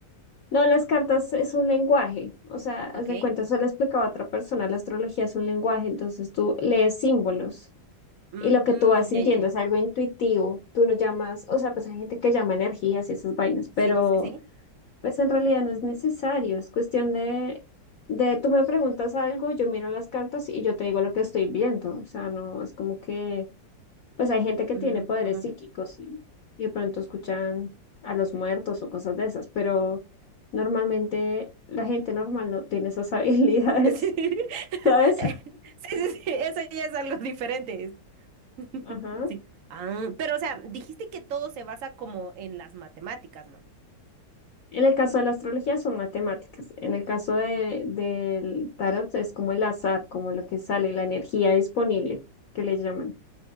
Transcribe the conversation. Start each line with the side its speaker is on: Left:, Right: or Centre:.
Left: No, las cartas es un lenguaje, o sea, haz
Right: Ok.
Left: de cuenta, se lo explicaba a otra persona, la astrología es un lenguaje, entonces tú lees símbolos
Right: Mm,
Left: Y lo que
Right: mm,
Left: tú vas sintiendo
Right: ya, ya, ya.
Left: es algo intuitivo, tú no llamas, o sea, pues hay gente que llama energías y esas vainas,
Right: Sí,
Left: pero
Right: sí, sí.
Left: pues en realidad no es necesario, es cuestión de, de tú me preguntas algo, yo miro las cartas y yo te digo lo que estoy viendo, o sea, no es como que, pues hay gente que
Right: Mm,
Left: tiene poderes
Right: ajá.
Left: psíquicos ¿sí? y de pronto escuchan a los muertos o cosas de esas, pero normalmente la gente normal no tiene esas <laughs> habilidades,
Right: <laughs> Sí. <laughs>
Left: ¿sabes?
Right: Sí, sí, sí, Eso ya es algo diferente. <laughs>
Left: Ajá.
Right: Sí. Ah, pero, o sea, dijiste que todo se basa como en las matemáticas, ¿no?
Left: En el caso de la astrología son matemáticas. En el caso de, del tarot es como el azar, como lo que sale, la energía disponible, que le llaman.